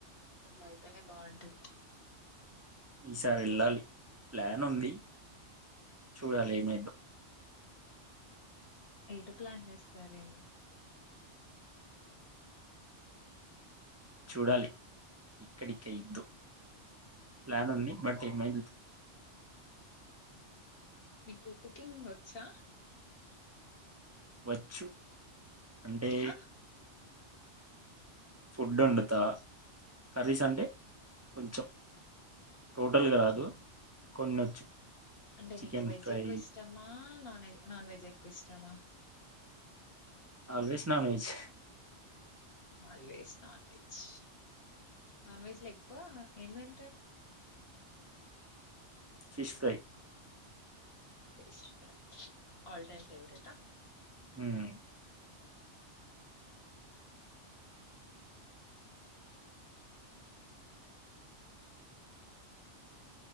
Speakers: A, on the left (about 55°); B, on the right (about 25°).
A: అట్ల అయితేనే బాగుంటది
B: ఈసారి వెళ్ళాలి ప్లాన్ ఉంది చూడాలి ఏమైద్దో
A: ఎటు ప్లాన్ చేస్తారండి
B: చూడాలి ఎక్కడికైద్దో ప్లాన్ ఉంది బట్ ఏమై
A: మీకు కుకింగ్ వచ్చా
B: వచ్చు. అంటే
A: ఆ
B: ఫుడ్ వండుతా కర్రీస్ అంటే కొంచం టోటల్గ రాదు
A: అవును.
B: కొన్ని
A: అంటే
B: చికెన్
A: మీకు వెజ్
B: ఫ్రై
A: ఎక్కువ ఇష్టమా నాన్ వెెజ్ నాన్ వెెజ్ ఎక్కువ ఇష్టమా
B: always non veg
A: always non veg non veg లో ఎక్కువ ఏమి తింటారు
B: fish fry
A: fish fry all time favourite ఆ
B: హుమ్మ్